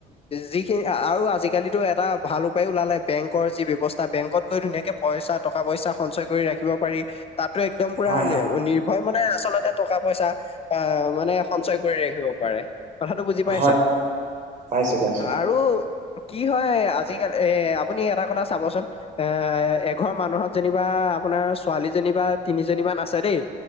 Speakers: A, on the left; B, on the right.
A: যিখিনি আৰু আজিকালিতো এটা ভাল উপায় ওলালে বেংকৰ যি ব্যৱস্থা বেংকত গৈ ধুনীয়াকৈ পইচা ট পইচা সঞ্চয় কৰি ৰাখিব পাৰি তাতো একদম পুৰা
B: হয় হয়
A: নিৰ্ভৰ মানে আচলতে টকা পইচা আহ মানে সঞ্চয় কৰি ৰাখিব পাৰে। কথাটো বুজি পাইছে
B: হয় পাইছো পাইছো
A: আৰু কি হয় আজিকালি এ আপুনি এটা কথা চাবচোন এ এঘৰ মানুহত যেনিবা আপোনাৰ ছোৱালীজনী বা তিনিজনীমান আছে দেই,